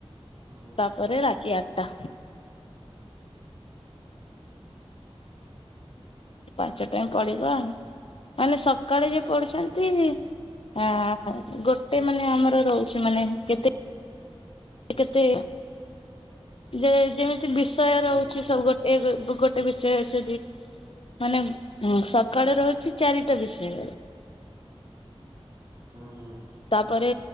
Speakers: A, on the right; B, on the left.
A: ହୁଁ
B: ତାପରେ ରାତି ଆଠଟା। ପାଞ୍ଚ ଟାଇମ୍ ପଡିବ ଆଉ ମାନେ ସକାଳେ ଯିଏ ପଢୁଚନ୍ତି ଆଁ ମ ଗୋଟେ ମାନେ ଆମର ରହୁଛି ମାନେ କେତେ କେତେ ଯେ ଯେମିତି ବିଷୟ
A: ହୁଁ
B: ରହୁଛି
A: ହୁଁ
B: ସବୁ ଗୋ <unintelligible> ଗୋଟେ ବିଷୟ <unintelligible> ମାନେ ହଁ ସକାଳେ ରହୁଚି ଚାରିଟା ବିଷୟ।
A: ହୁଁ ହୁଁ।
B: ତାପରେ